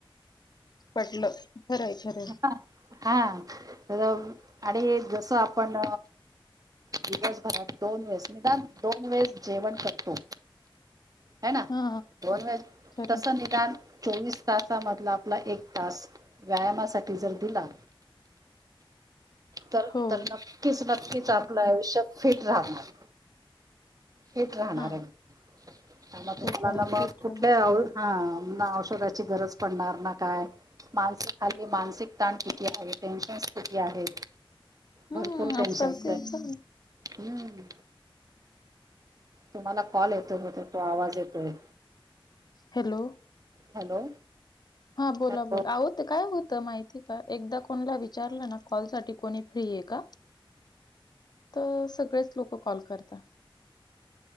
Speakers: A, on the left; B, on the right.
A: पटलं खरंय खरंय
B: हा हा आणि जसं आपण दिवसभरात दोन वेळेस निदान दोन वेळेस जेवण करतो ह ना
A: हा
B: नॉन व्हेज
A: खरं
B: तस निदान चोवीस तास मधला आपला एक तास व्यायामासाठी जर दिला तर
A: हो
B: तर नक्कीच नक्कीच आपलं आयुष्य फिट राहणार हेच राहणार
A: हा
B: आहे मगला
A: ते पण
B: ना मग
A: फिटलं
B: कुठल्या आ हा ना औषधाची गरज पडणार ना काय मास खा मानसिक ताण किती आहे? टेन्शन किती आहे?
A: हम्म
B: भरपूर टेन्शन्स.
A: आजकाल ते चालू.
B: हम्. तुम्हाला कॉल येतोय बहुतेक, तो आवाज येतोय.
A: हॅलो
B: हॅलो
A: हा बोला
B: हॅलो
A: बोला. आओ ते काय होत त माहितीय का एकदा कोणाला विचारलं ना कॉल साठी कोणी फ्रीय का? त तर सगळेच लोक कॉल करता.